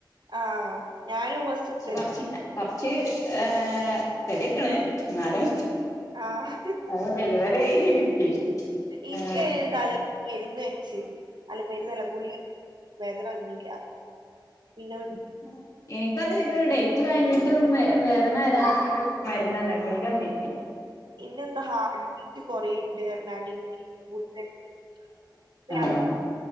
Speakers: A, on the right; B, on the left.
A: ആഹ് ഞാനും വസ്റ്റിത്ത്
B: പക്ഷെ കൊറച്ച് കൊറച്ച് ഏഹ് <unintelligible> ക്കണ് എന്നാലും
A: ആഹ്
B: അത് ഡെലിവറി കിട്ടി
A: ഇനിക്ക്
B: ആഹ്
A: അവരു തലേന്ന് മരുന്നു വെച്ച് അല്ല മരുന്നല്ല ഗുളിക വേദന വന്നില്ല പിന്നെ
B: ഉം എനിക്കത് ഇത് ഡേറ്റ് കഴിഞ്ഞിട്ടും വേ വേദന വരാത്തോണ്ട് മരുന്ന് തന്നെ ഗുളിക തന്നേക്ക്
A: പിന്നെ എന്താ ഹാർഡ് ബീറ്റ് കൊറെയുണ്ട് അടിയില് ഗുളിക വെച്ച് <unintelligible>
B: ആഹ്